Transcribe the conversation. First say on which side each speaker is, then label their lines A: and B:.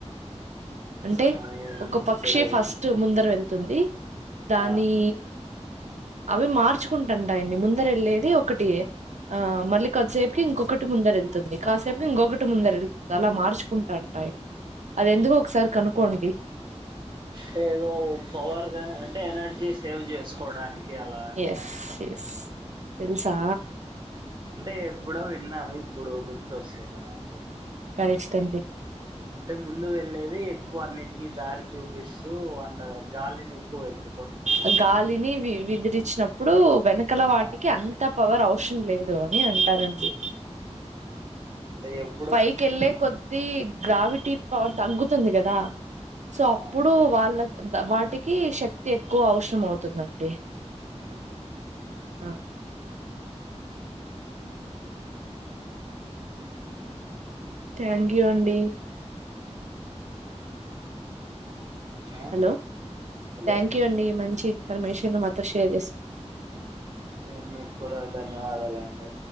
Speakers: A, on the right (about 85°); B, on the right (about 40°).
A: అంటే
B: ఆ ఏమో
A: ఒక పక్షి
B: తెలియదండి
A: ఫస్ట్ ముందర వెళ్తుంది దాన్ని
B: ఆ
A: అవి మార్చుకుంటంటాయండి ముందరెళ్ళేది ఒక్ ఒకటియే ఆ మళ్ళీ కొద్దిసేపుకి ఇంకొకట్ టి ముందర ఎళ్తుంది కాసేపుకి ఇంకొకటి ముందర ఎళ్తుంది అలా మార్చుకుంటాంటాయి అది ఎందుకొ ఒకసారి కనుక్కోండి
B: టే ఏదో పవర్గ అంటే ఎనర్జీ సేవ్ చేసుకోవడానికి అలా అని
A: ఎస్ ఎస్ తెలుసా
B: అంటే ఎప్పుడో విన్నాను ఇప్పుడు గుర్తొస్చింది నాకు
A: కరెస్టన్డి
B: టే ముందు వెళ్లేది ఎక్కువ అన్నిటికీ దారి చూపిస్తూ అండగ గాలిని ఎక్కువ వెత్రు
A: ఆ గాలిని వి విదిరిచ్చినప్పుడు వెనకల
B: ఆ
A: వాటికి అం త పవర్ అవసరం లేదు అని అంటారండి
B: దే ఎప్
A: పైకెళ్ళే కొద్దీ గ్రావిటీ పవర్ తగ్గుతుంది గదా సో
B: ఆ
A: అప్పుడు వాళ్ళక్ ద వాటికి శక్తి ఎక్కువ అవసరం అవుతుందండి
B: ఆ
A: ఉమ్
B: ఓకే అండి
A: థ్యాంక్ యూ అండి
B: ఆ!
A: హలో
B: హలో
A: థ్యాంక్ యూ అండి మంచి ఇన్ఫర్మేషన్ మాతో షేర్ చేసుకు
B: కే మీక్కుడ ధన్యవాదాలండి